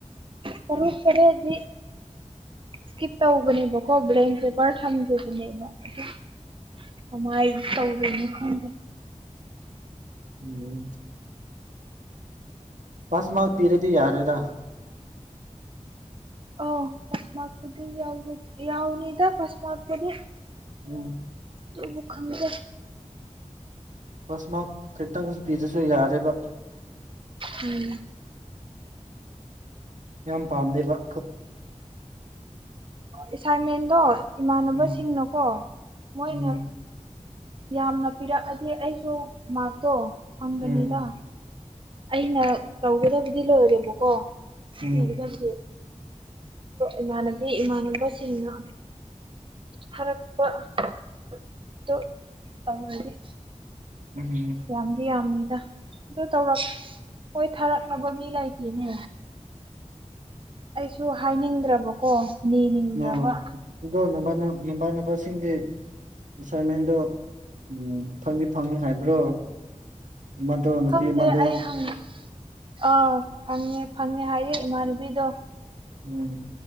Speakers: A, on the right; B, on the right.
A: ꯇꯔꯨ ꯈꯔꯦꯗꯤ ꯏꯁꯀꯤꯞ ꯇꯧꯧꯕꯕꯅꯤ ꯕ꯭ꯂꯦꯡ ꯄꯦꯄꯔ ꯊꯝꯖꯦꯕꯅꯤꯕ ꯑꯗꯨ ꯀꯃꯥꯏꯅ ꯇꯧꯔꯣꯏꯅ ꯈꯪꯗꯦ
B: ꯎꯝ ꯐꯁ ꯃꯥ ꯄꯤꯔꯗꯤ ꯌꯥꯔꯦꯗ
A: ꯑꯣ ꯐꯁꯃꯥꯛꯄꯤꯗꯤ ꯌꯥꯎꯗꯤ ꯌꯥꯎꯅꯤꯗ ꯐꯁꯃꯄꯗꯤ
B: ꯎꯝ
A: ꯇꯕꯨ ꯈꯪꯗꯦ
B: ꯐꯁ ꯃꯥ ꯈꯤꯇꯪ ꯄꯤꯗꯁꯨ ꯌꯥꯔꯦꯕ
A: ꯎꯝ
B: ꯌꯥꯝ ꯄꯥꯝꯗꯦꯕꯣꯏ
A: ꯑꯦꯁꯥꯏꯟꯃꯦꯟꯗꯣ ꯏꯃꯥꯟꯅꯕꯁꯤꯡꯅꯀꯣ
B: ꯎꯝ
A: ꯃꯣꯏꯅ
B: ꯎꯝ
A: ꯌꯥꯝꯅ ꯄꯤꯔꯛꯑꯗꯤ ꯑꯩꯁꯨ ꯃꯥꯔꯛꯇꯣ ꯐꯪꯒꯅꯤꯗ
B: ꯎꯝ
A: ꯑꯩꯅ ꯇꯧꯒꯗꯕꯗꯤ ꯂꯣꯏꯔꯦꯕꯀꯣ ꯁꯤꯤꯒꯗꯕꯁꯦ
B: ꯎꯝ
A: ꯏꯃꯥꯟꯅꯕꯤ ꯏꯃꯥꯟꯅꯕꯁꯤꯡꯅ ꯊꯔꯛꯄ ꯑꯗꯨ ꯇꯧꯔꯅꯤ
B: ꯎꯝ
A: ꯌꯥꯝꯗꯤ ꯌꯥꯝꯅꯤꯗ ꯑꯗꯨ ꯇꯧꯔꯛ ꯍꯣꯏ ꯊꯥꯔꯛꯅꯕ ꯃꯤ ꯂꯩꯇꯦꯅꯦ ꯑꯩꯁꯨ ꯍꯥꯏꯅꯤꯡꯗ꯭ꯔꯕꯀꯣ ꯅꯤꯅꯤꯡꯗ꯭ꯔꯕ
B: ꯑ ꯑꯗꯣ ꯅ ꯅꯃꯥꯟꯅꯕꯁꯤꯡꯁ ꯑꯦꯁꯥꯏꯟꯃꯦꯟꯗꯣ ꯎꯝ ꯐꯪꯅꯤ ꯐꯪꯅꯤ ꯍꯥꯏꯕ꯭ꯔꯣ ꯏꯃꯗꯨ ꯅꯨꯄꯤ
A: ꯈꯪꯗꯦ
B: ꯏ ꯃꯗꯨꯣ
A: ꯑꯩ ꯍꯪ ꯑꯥ ꯐꯪꯉꯦ ꯐꯪꯉꯦ ꯍꯥꯏꯌꯦ ꯏꯃꯥꯟꯅꯕꯤꯗꯣ
B: ꯎꯝ